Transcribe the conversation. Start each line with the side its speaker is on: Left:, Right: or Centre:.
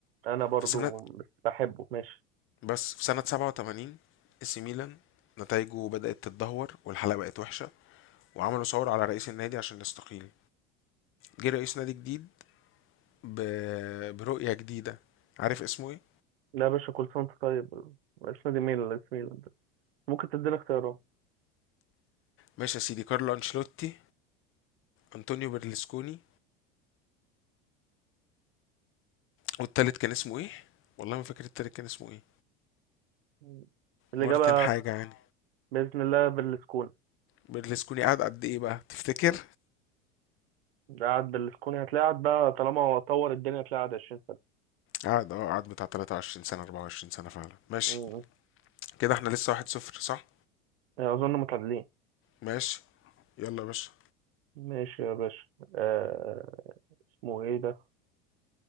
Right: أنا برضو
Left: في سنة
Right: بحبه ماشي
Left: بس في سنة 87 اي سي ميلان نتائجه بدأت تتدهور والحلقة بقت وحشة وعملوا ثورة على رئيس النادي عشان يستقيل جه رئيس نادي جديد ب... برؤية جديدة عارف اسمه ايه
Right: لا يا باشا كل سنة وأنت طيب اسم دي ميلان اسم ميلان ده ممكن تديني اختيارات
Left: ماشي يا سيدي كارلو انشيلوتي أنطونيو برلسكوني والتالت كان اسمه إيه؟ والله ما فاكر التالت كان اسمه إيه
Right: م. الإجابة
Left: مارتن حاجة يعني
Right: بإذن الله بالسكون
Left: برلسكوني قعد قد إيه بقى؟ تفتكر؟
Right: قاعد بالسكون هتلاعب بقى طالما هو طور الدنيا هتلاعب 20 سنة
Left: قعد أه قعد بتاع 23 سنة 24 سنة فعلا ماشي
Right: مم.
Left: كده إحنا لسه 1-0 صح؟
Right: أظن متعادلين
Left: ماشي يلا يا باشا
Right: ماشي يا باشا آه... اسمه إيه ده